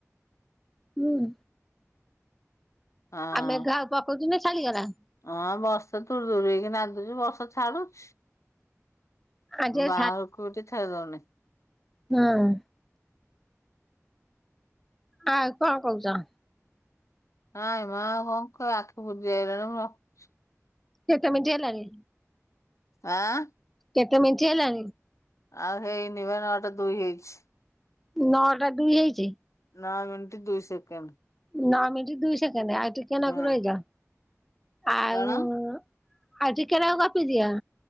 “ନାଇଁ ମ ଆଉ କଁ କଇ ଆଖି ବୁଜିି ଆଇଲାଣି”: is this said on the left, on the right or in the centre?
Left